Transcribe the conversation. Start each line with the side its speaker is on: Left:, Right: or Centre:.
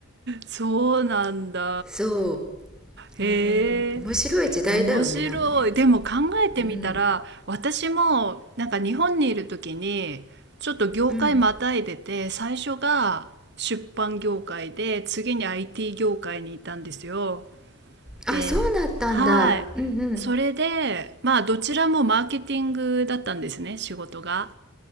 Right: そうなんだ。
Centre: そ
Right: へえ。
Centre: ううん面白い時代だよねでもね
Right: 面白い。でも考えてみたら、
Centre: うん
Right: 私もなんか日本にいる時に、ちょっと業界またいでて、
Centre: うん
Right: 最初が出版業界で、次に IT 業界にいたんですよ。
Centre: あそうなったんだうんうん
Right: で、はい。それで、まあ、どちらもマーケティングだったんですね、仕事が。